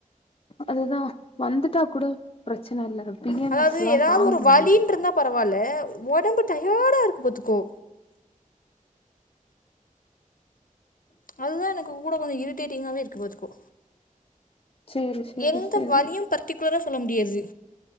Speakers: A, on the left; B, on the left.
A: அதுதா வந்துட்டா கூட ப்ரெச்சன இல்ல பி எம்
B: அதாவது
A: எஸ்லா
B: எதாவ்து
A: தாங்க
B: ஒரு
A: முடியு
B: வலின்ருந்தா பரவால்ல ஒடம்பு டயடா இருக்கு பாத்துக்கோ அதுதா எனக்கு கூட கொஞ்சோ இரிட்டேட்டிங்காகவே இருக்கு பாத்துக்கோ
A: சேரி சேரி
B: எந்த
A: சேரி
B: வலியூ பர்டிகுலரா சொல்ல முடியாது